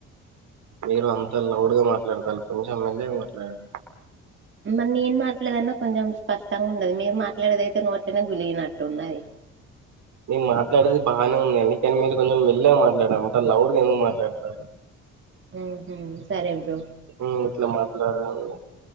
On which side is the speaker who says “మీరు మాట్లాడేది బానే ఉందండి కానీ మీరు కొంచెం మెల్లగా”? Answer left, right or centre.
Right